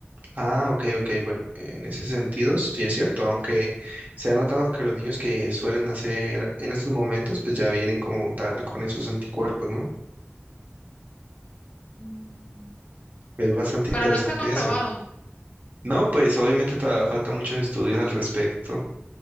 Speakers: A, on the right; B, on the left.
A: Ah, ok, ok, bueno, en ese sentido sí es cierto, aunque se ha notado que los niños que suelen nacer en estos momentos, pues ya vienen como tal con esos anticuerpos, ¿no?
B: Mm,
A: Es bastante
B: pero
A: interesante
B: no está comprobado.
A: eso. No, pues obviamente todavía faltan muchos estudios al respecto.